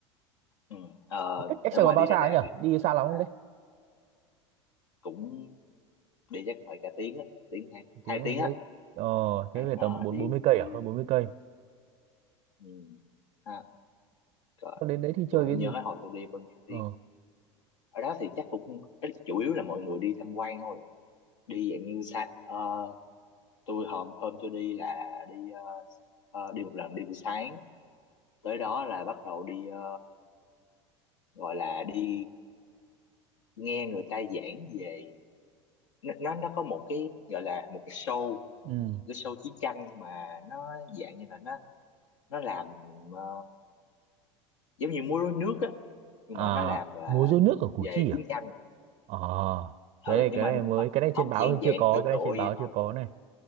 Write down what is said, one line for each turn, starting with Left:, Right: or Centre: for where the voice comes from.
Left: ừ. Ờ,
Right: cách cách
Left: nếu
Right: Sài
Left: mà
Right: Gòn bao
Left: đi
Right: xa
Left: đại đẹp
Right: nhỉ
Left: thì
Right: đi
Left: tôi tính
Right: xa lắm
Left: là
Right: không đấy
Left: cũng đi chắc phải cả tiếng á tiếng hai
Right: Một
Left: hai
Right: tiếng
Left: tiếng
Right: là thế
Left: á
Right: ờ
Left: ờ,
Right: thế về
Left: ờ,
Right: tầm bốn
Left: đi
Right: bốn mươi
Left: đi,
Right: cây à hơn bốn mươi cây
Left: đi. Ừ. À, rồi.
Right: Thế đến đấy thì
Left: tôi
Right: chơi
Left: không
Right: cái gì
Left: nhớ hồi tôi đi bao nhiêu tiếng
Right: ờ
Left: ở đó thì chắc cũng ít- chủ yếu là mọi người đi tham quan thôi đi dạng như sa ờ, tôi hôm hôm tôi đi là đi ờ, ờ, đi một lần đi buổi sáng tới đó là bắt đầu đi ờ, gọi là đi nghe người ta giảng về nó nó nó có một cái gọi là một cái show
Right: ừ
Left: cái show chiến tranh mà nó dạng như là nó nó làm ờ, giống như múa rối nước á nhưng
Right: à
Left: mà nó làm là
Right: múa rối nước ở Củ
Left: về
Right: Chi à
Left: chiến tranh
Right: ờ cái
Left: ừ
Right: này
Left: nhưng
Right: cái
Left: mà
Right: này mới
Left: ờ,
Right: cái này
Left: không
Right: trên báo
Left: dạng
Right: thì
Left: dạng
Right: chưa có
Left: tựa
Right: cái
Left: tựa
Right: này trên
Left: vậy
Right: báo
Left: thôi
Right: chưa có này